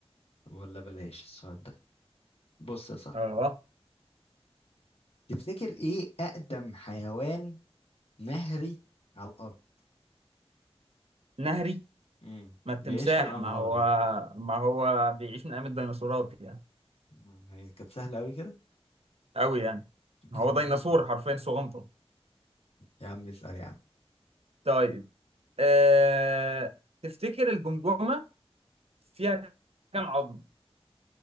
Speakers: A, on the left; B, on the right.
A: ولا بلاش السؤال ده بص يا صاحبي
B: اه
A: تفتكر إيه أقدم حيوان نهري على الأرض
B: نهري
A: امم
B: ما التمساح
A: بيعيش في الأنهار
B: ما هو
A: يعني
B: ما هو بيعيش من ايام الديناصورات يعني
A: مم، هي كانت سهلة أوي كده
B: قوي يعني
A: <laughs>
B: هو ديناصور حرفيا صغنطه
A: يا عم اسأل يا عم
B: طيب أه... تفتكر الجمجمه فيها كام عظم